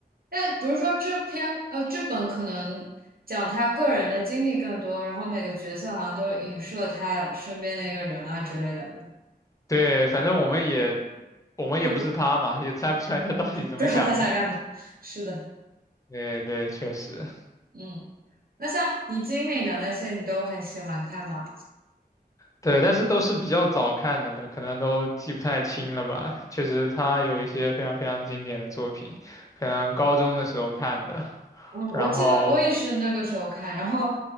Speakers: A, on the right; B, on the left.
A: 但不是说这篇呃这本可能讲他个人的经历更多，然后每个角色好像都影射他身边的一个人啊之类的，
B: 对，反正我们也我们也不是他嘛，
A: 不
B: 也猜不出来他到底怎么想的。
A: 不知道他想干嘛。<laughs> 是的，
B: 对对，确实。
A: 嗯，那像你经历的那些，你都很喜欢看吗？
B: 对，但是都是比较早看的了，可能都记不太清了吧。确实，他有一些非常非常经典的作品，可能高中的时候看的。
A: 嗯，
B: 然后
A: 我记得我也是那个时候看，然后